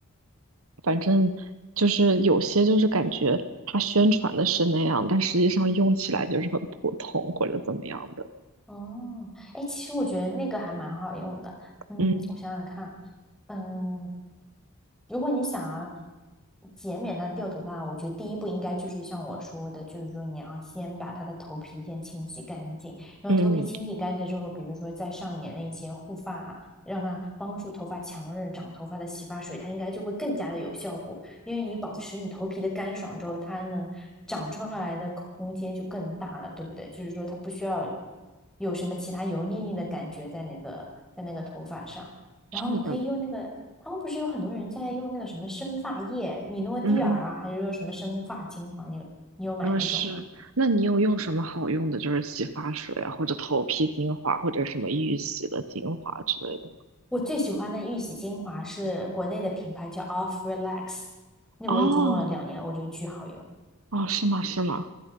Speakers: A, on the right (about 65°); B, in the centre.
A: 反正就是有些就是感觉它宣传的是那样，但实际上用起来就是很普通或者怎么样的，
B: 哦，哎，其实我觉得那个还蛮好用的。嗯，
A: 嗯
B: 我想想看，嗯，如果你想要减免它掉头发，我觉得第一步应该就是像我说的，就是说你要先把它的头皮先清洗干净，然后头皮清洗干净之后，
A: 嗯，
B: 比如说再上一点那些护发，让它帮助头发强韧长头发的洗发水，它应该就会更加的有效果。因为你保持你头皮的干爽之后，它能长出来的空间就更大了，对不对？就是说它不需要有什么其他油腻腻的感觉在那个在那个头发上，然后你可以用那个，
A: 是的，
B: 他们不是有很多人在用那个什么生发液，米诺地尔啊，
A: 嗯嗯
B: 还是说什么生发精华？你有你有买那种吗？
A: 嗯是，那你有用什么好用的，就是洗发水啊，或者头皮精华，或者什么预洗的精华之类的吗？
B: 我最喜欢的玉玺精华是国内的品牌叫 Off Relax，那我已经用了两年了，
A: 哦
B: 我觉得巨好用。
A: 哦，是吗？是吗？